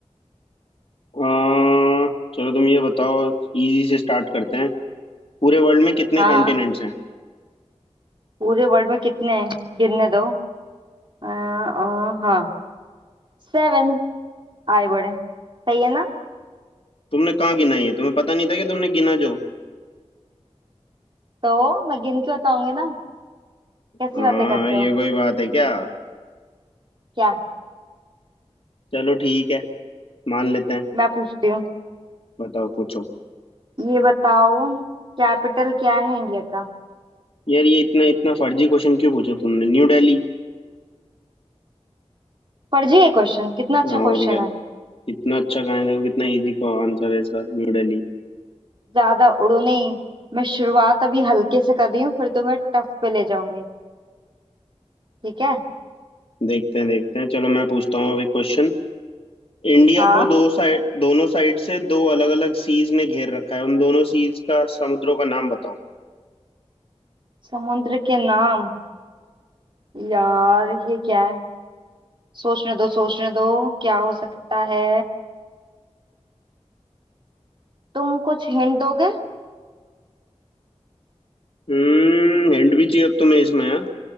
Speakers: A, on the left (about 55°); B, on the right (about 45°).
A: अह, चलो तुम ये बताओ इजी से स्टार्ट करते हैं पूरे वर्ल्ड में कितने
B: हाँ
A: कॉन्टिनेंट्स
B: हाँ
A: हैं
B: पूरे वर्ल्ड में कितने हैं गिनने दो आ, आ, हाँ सेवन आए बड़े सही है ना
A: तुमने कहाँ गिना ये तुम्हें पता नहीं था कि तुमने गिना जो
B: तो मैं गिन के बताऊंगी ना कैसी
A: हाँ
B: बातें करते
A: ये
B: हो
A: कोई बात है क्या
B: क्या
A: चलो ठीक है मान लेते हैं
B: मैं पूछती हूँ
A: बताओ पूछो
B: ये बताओ कैपिटल क्या है इंडिया का
A: यार ये इतना इतना फर्जी क्वेश्चन क्यों पूछा तुमने न्यू दिल्ली
B: फर्जी है क्वेश्चन कितना अच्छा
A: हाँ, और
B: क्वेश्चन
A: क्या
B: है
A: कितना अच्छा कहा है, देखो कितना इजी का आंसर है इसका न्यू दिल्ली
B: ज्यादा उड़ो नहीं मैं शुरुआत अभी हल्के से कर रही हूँ फिर तुम्हें टफ पे ले जाऊंगी ठीक है
A: देखते हैं देखते हैं चलो मैं पूछता हूँ अभी क्वेश्चन इंडिया
B: हाँ
A: को दो साइड दोनों साइड से दो अलग अलग सीज ने घेर रखा है उन दोनों सीज का समुद्रों का नाम बताओ
B: समुद्र के नाम यार ये क्या है सोचने दो सोचने दो क्या हो सकता है तुम कुछ हिंट दोगे
A: हम्म हिंट भी चाहिए अब तुम्हें इसमें हाँ?